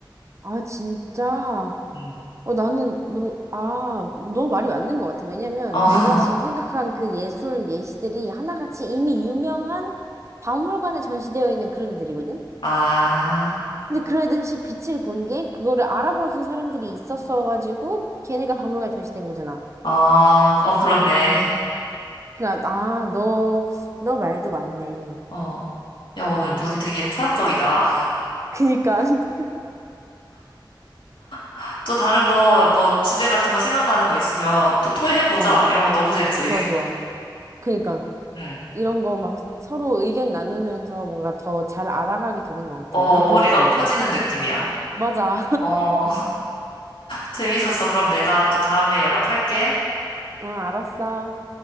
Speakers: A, on the right (about 35°); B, on the left (about 85°).
A: 아, 진짜.
B: 음.
A: 어, 나는 너무, 아, 너무 말이 맞는 것 같아. 왜냐면
B: 어,
A: 내가 지금
B: <laughs>
A: 생각한 그 예술 예시들이 하나같이 이미 유명한 박물관에 전시되어 있는 그런 들이거든
B: 아,
A: 근데 그런 애들 사실 빛을 본 게 그거를 알아봐준 사람들이 있었어가지고 걔네가 박물관에 전시된 거잖아.
B: 어, 어, 그렇네.
A: 그러니까, 아, 너, 너 말도 맞네.
B: 어, 야, 오늘
A: 응.
B: 우리 되게 철학적이다.
A: 그니까, <laughs>
B: <laughs> 또 다른 거, 뭐, 주제 같은 거 생각나는 거 있으면 또 토의해보자.
A: 어,
B: 이런 거 너무 재밌어, 유익.
A: 좋아, 좋아. 그니까.
B: 응.
A: 이런 거 막 서로 의견 나누면서 뭔가 더 잘 알아가게 되는 것 같아.
B: 어,
A: 난
B: 머리가
A: 그래서 좋아.
B: 커지는 느낌이야.
A: 맞아.
B: 어. 재밌었어. 그럼 내가 또 다음에 연락할게.
A: 응, 알았어.